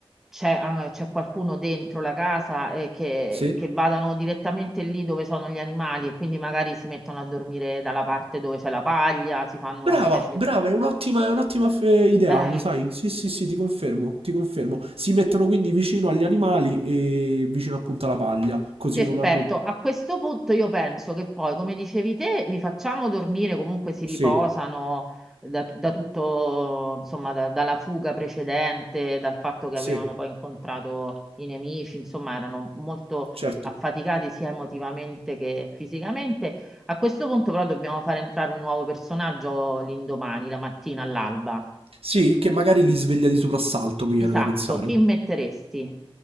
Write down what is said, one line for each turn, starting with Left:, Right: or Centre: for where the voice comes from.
Centre: c'è, ah, c'è qualcuno dentro la casa e che,
Right: Sì?
Centre: che vadano direttamente lì dove sono gli animali e quindi magari si mettono a dormire dalla parte dove c'è la paglia, si fanno
Right: Brava,
Centre: una specie...
Right: brava, è un'ottima, è un'ottima eh, idea,
Centre: Eh.
Right: lo sai? Sì, sì, sì, ti confermo, ti confermo. Si mettono quindi vicino agli animali e vicino appunto alla paglia, così
Centre: Perfetto,
Right: non hanno...
Centre: a questo punto io penso che poi, come dicevi te, li facciamo dormire, comunque si riposano
Right: Sì,
Centre: da, da tutto, insomma, da- dalla fuga precedente, dal fatto che
Right: sì,
Centre: avevano poi incontrato i nemici, insomma, erano molto
Right: certo.
Centre: affaticati sia emotivamente che fisicamente. A questo punto però dobbiamo fare entrare un nuovo personaggio l'indomani, la mattina all'alba.
Right: Sì, che magari li sveglia di soprassalto, mi
Centre: Esatto,
Right: viene da pensare.
Centre: chi metteresti?